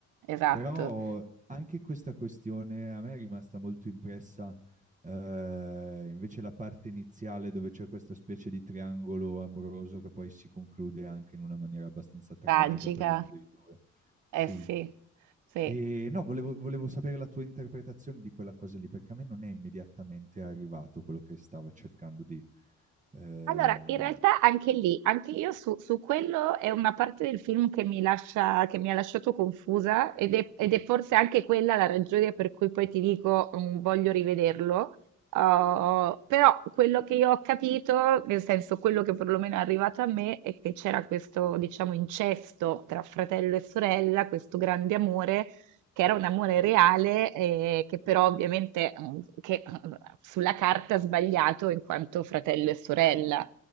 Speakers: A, on the right (about 80°); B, on the right (about 25°).
A: esatto.
B: però anche questa questione a me è rimasta molto impressa eh, invece la parte iniziale dove c'è questa specie di triangolo amoroso che poi si conclude anche in una maniera abbastanza tragica
A: Tragica,
B: per uno dei due. Sì.
A: eh sì, sì.
B: E no, volevo, volevo sapere la tua interpretazione di quella cosa lì, perché a me non è immediatamente arrivato quello che stava cercando di... eh,
A: Allora, in realtà anche lì, anche io su, su quello è una parte del film che mi lascia, che mi ha lasciato confusa ed è, ed è forse anche quella la ragione per cui poi ti dico mm, voglio rivederlo. Uh, però quello che io ho capito, nel senso quello che perlomeno è arrivato a me, è che c'era questo, diciamo, incesto tra fratello e sorella, questo grande amore che era un amore reale, eh, che però ovviamente mm, che, mm, sulla carta ha sbagliato in quanto fratello e sorella.